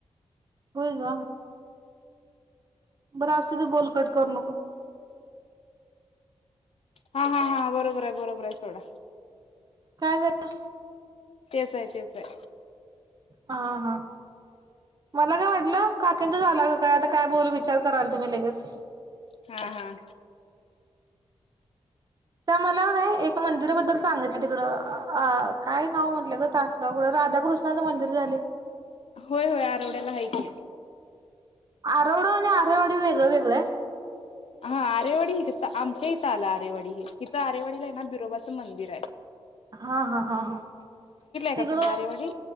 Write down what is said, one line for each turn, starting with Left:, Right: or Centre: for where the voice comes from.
Right: होय ग बर असु दे बोल कट करु नको.
Left: हा हा हा बरोबर हाय बरोबर हाय सोडा
Right: काय झालं?
Left: तेच हाय तेच हाय.
Right: हा हां मला काय वाटलं काकंचा आला का काय आता काय बोल विचार करालतो मी लगेच,
Left: हा हां
Right: त्या मला नाही एका मंदिराबद्दल सांगितलं तिकडं काय नाव म्हटलं ग तासगावकडं रा राधाकृष्णाचं मंदिर झालय
Left: होय होय आरवड्याला आहे की
Right: आरवड आणि आरेवाडी वेगळ वेगळं हाय.
Left: हा आरेवाडी ह तिथं आमच्या इथं आलं आरेवाडी हित आरेवाडीला आहे ना बिरोबाचं मंदिर हाय.
Right: हा हा हा हा
Left: का
Right: तिकडं
Left: तुम्ही आरेवाडी